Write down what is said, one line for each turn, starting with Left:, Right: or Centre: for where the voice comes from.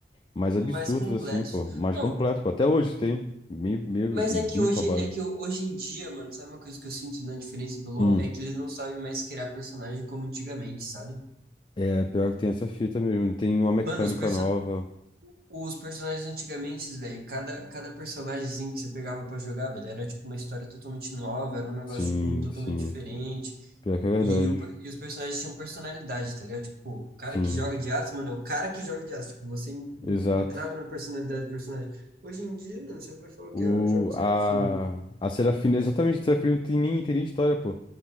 Left: mais
Right: mais
Left: absurdos,
Right: completos.
Left: assim, pô. Mais
Right: Não,
Left: completo, pô. Até hoje tem. Meio, meio,
Right: mas
Left: muito
Right: é que hoje,
Left: roubado.
Right: é que eu- hoje em dia, mano, sabe uma coisa que eu sinto na diferença do LoL?
Left: Hum.
Right: É que eles não sabem mais criar personagem como antigamente, sabe?
Left: É, pior que tem essa fita mesmo. Tem uma mecânica
Right: Mano, os, perso
Left: nova.
Right: Os personagens antigamente, velho, cada, cada personagemzinho que você pegava pra jogar, velho, era tipo uma história totalmente nova, era um negócio,
Left: Sim,
Right: tipo, totalmente
Left: sim.
Right: diferente.
Left: Pior que é verdade.
Right: E, o, per- e os personagens tinham personalidade, tá ligado? Tipo, o cara
Left: Sim,
Right: que joga de aço, mano, é o cara que joga de aço. Tipo, você en- en-
Left: exato.
Right: entrava na personalidade do personagem. Hoje em dia, mano, você vai falar o quê?
Left: O,
Right: Ah, eu jogo de Serafine.
Left: a, a Serafina, exatamente, a Serafina não tem nem, tem nem história, pô.